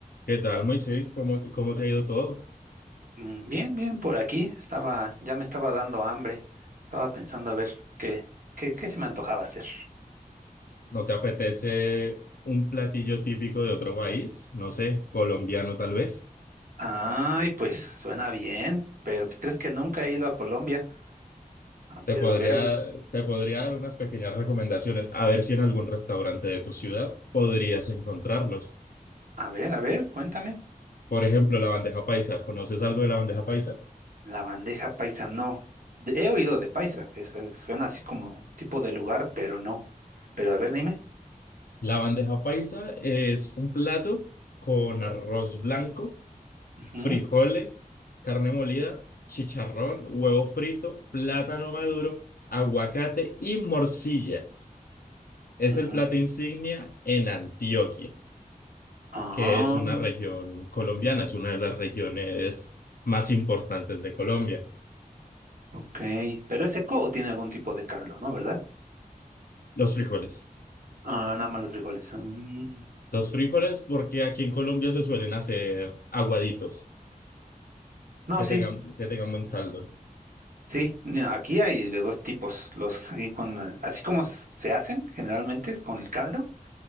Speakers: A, on the left (about 75°); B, on the right (about 70°).
A: ¿Qué tal, Moisés? ¿Cómo, cómo te ha ido todo?
B: Mm, Bien, bien, por aquí estaba, ya me estaba dando hambre. Estaba pensando a ver qué, qué, qué se me antojaba hacer.
A: ¿No te apetece un platillo típico de otro país? No sé, colombiano tal vez.
B: Ay, pues suena bien, pero ¿qué crees que nunca he ido a Colombia? Ah,
A: Te
B: pero
A: podría,
B: a ver,
A: te podría dar unas pequeñas recomendaciones, a ver si en algún restaurante de tu ciudad podrías encontrarlos.
B: a ver, a ver, cuéntame.
A: Por ejemplo, la bandeja paisa. ¿Conoces algo de la bandeja paisa?
B: La bandeja paisa no. De- He oído de paisa, que es- que suena así como tipo de lugar, pero no. Pero a ver, dime.
A: La bandeja paisa es un plato con arroz blanco.
B: Ujú,
A: frijoles, carne molida, chicharrón, huevo frito, plátano maduro, aguacate y morcilla. Es
B: ujú.
A: el plato insignia en Antioquia,
B: Ah,
A: que es una región colombiana, es una de las regiones más importantes de Colombia.
B: ok. ¿Pero es seco o tiene algún tipo de caldo, no, verdad?
A: Los frijoles.
B: Ah, nada más los frijoles. Ah, Mm.
A: Los frijoles porque aquí en Colombia se suelen hacer aguaditos,
B: No,
A: que
B: sí.
A: tengan, que tengan buen caldo.
B: Sí, ni- aquí hay de dos tipos, los así con eh, así como s- se hacen generalmente es con el caldo,